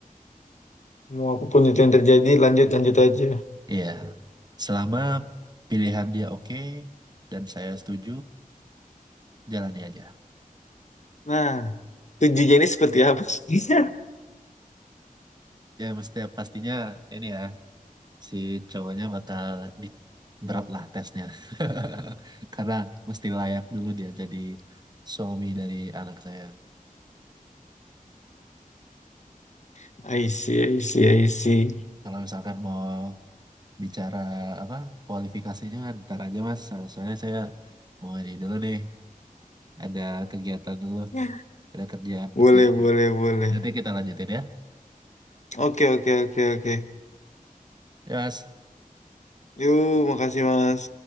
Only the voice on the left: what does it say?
Mau apapun itu yang terjadi, lanjut lanjut aja.
Nah, tujuannya ini seperti apa? maksudnya?
<laughs> I see, I see, I see.
Nah,
Boleh,
boleh, boleh.
Oke, oke, oke, oke.
Yuk, makasih, Mas.